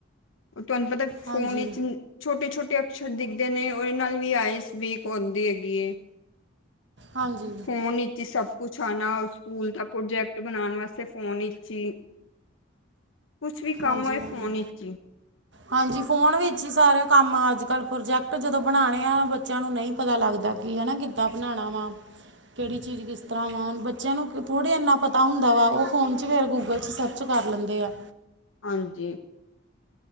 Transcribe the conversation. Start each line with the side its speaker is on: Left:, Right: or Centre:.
Left: ਤੁਹਾਨੂੰ ਪਤਾ ਫੋਨ
Right: ਹਾਂਜੀ
Left: ਵਿੱਚ ਛੋਟੇ-ਛੋਟੇ ਅਕਸ਼ਰ ਦਿਖਦੇ ਨੇ ਉਹਦੇ ਨਾਲ ਵੀ ਆਈਸ ਵੀਕ ਆਉਂਦੀ ਹੈਗੀ
Right: ਹਾਂਜੀ
Left: ਫੋਨ ਨੀ ਸਭ ਕੁਛ ਆਣਾ ਸਕੂਲ ਦਾ ਪ੍ਰੋਜੈਕਟ ਬਣਾਉਣ ਵਾਸਤੇ ਫੋਨ ਵਿਚੀ ਕੁਛ ਵੀ
Right: ਹਾਂਜੀ
Left: ਕੰਮ ਹੋਏ ਫੋਨ
Right: ਹਾਂਜੀ
Left: ਵਿੱਚ ਹੀ।
Right: ਹਾਂਜੀ, ਫੋਨ ਵਿੱਚ ਹੀ ਸਾਰੇ ਕੰਮ ਅੱਜ ਕੱਲ੍ਹ ਪ੍ਰੋਜੈਕਟ ਜਦੋਂ ਬਣਾਉਣੇ ਆ ਬੱਚਿਆਂ ਨੂੰ ਨਹੀਂ ਪਤਾ ਲੱਗਦਾ। ਹਨਾ ਕਿਧਾ ਬਣਾਣਾ ਵਾ। ਕਿਹੜੀ ਚੀਜ਼ ਕਿਸ ਤਰ੍ਹਾਂ ਵਾ, ਬੱਚਿਆਂ ਨੂੰ ਥੋੜ੍ਹੇ ਇੰਨਾ ਪਤਾ ਹੁੰਦਾ ਵਾ। ਉਹ ਫੋਨ 'ਚ ਫਿਰ ਗੂਗਲ 'ਚ ਸਰਚ। ਕਰ ਲੈਂਦੇ ਆ।
Left: ਹਾਂਜੀ।